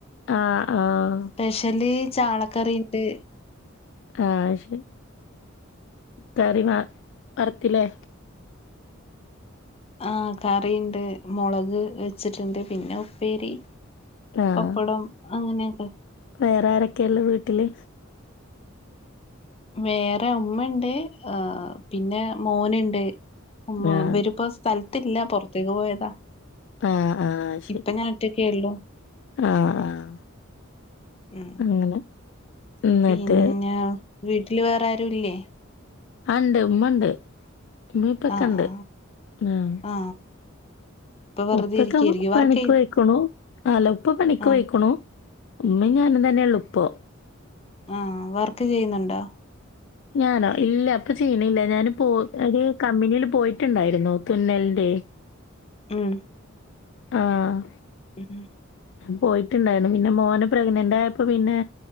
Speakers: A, on the left (about 60°); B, on the left (about 30°).
A: ആഹ് ആഹ്.
B: പെഷല് ചാളക്കറിയിണ്ട്
A: ആഹ് ശെ കറി മാ വറത്തില്ലേ
B: ആഹ് കറിയിണ്ട് മൊളക് വെച്ചിട്ട്ണ്ട് പിന്നെ ഉപ്പേരി
A: ആഹ്.
B: പപ്പടം അങ്ങനെയൊക്കെ
A: വേറെ ആരൊക്കെയാ ഇള്ളെ വീട്ടില്
B: വേറെ ഉമ്മയിണ്ട് ആഹ് പിന്നെ മോന്ണ്ട് ഉമ്മ
A: ആഹ്.
B: ഇവരിപ്പോ സ്ഥലത്തില്ല പൊറത്തേക്ക് പോയതാ
A: ആഹ് ആഹ് ശരി.
B: ഇപ്പ ഞാനൊറ്റക്കേ എള്ളൂ
A: ആഹ് ആഹ്
B: ഉം
A: അങ്ങനെ. എന്നിട്ട്
B: പിന്നെ വീട്ടില് വേറെ ആരൂല്ലേ
A: ആഹ് ഇണ്ട് ഉമ്മണ്ട് ഉമ്മിയുപ്പെക്കണ്ട്
B: ആ ആ
A: ആഹ്
B: ആ ഇപ്പൊ വെറുതെ
A: ഉപ്പെക്കവു
B: ഇരിക്കായിരിക്കും വർക്ക്
A: പണിക്ക്
B: ചെയ്
A: പോയ്ക്ക്ണു അല്ല ഉപ്പ പണിക്ക്
B: ആ
A: പോയ്ക്ക്ണു ഉമ്മേം ഞാനും തന്നെയൊള്ളൂപ്പൊ
B: ആഹ് വർക്ക് ചെയ്യുന്നുണ്ടോ
A: ഞാനോ ഇല്ല ഇപ്പ ചെയ്യ്ണില്ല ഞാന് പോ ഒരു കമ്പനീല് പ് പോയിട്ട്ണ്ടായിരുന്നു തുന്നൽൻ്റേ
B: ഉം
A: ആഹ്
B: ഉം
A: പോയിട്ട്ണ്ടായിരുന്നു പിന്ന മോന പ്രഗ്നൻ്റായപ്പോ പിന്നെ